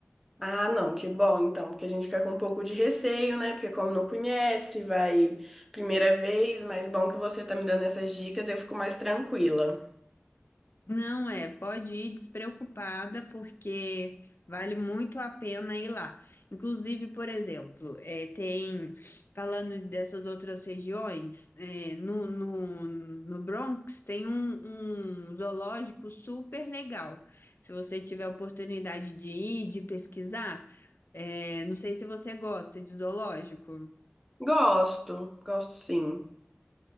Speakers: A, in the centre; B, on the left.
A: Ah, não, que bom então, porque a gente fica com um pouco de receio, né? Porque como não conhece, vai primeira vez, mas bom que você tá me dando essas dicas, eu fico mais tranquila.
B: Não é, pode ir despreocupada, porque vale muito a pena ir lá. Inclusive, por exemplo, é, tem, falando dessas outras regiões, é, no, no, no Bronx tem um, um zoológico super legal. Se você tiver a oportunidade de ir, de pesquisar, é, não sei se você gosta de zoológico.
A: Gosto, gosto sim.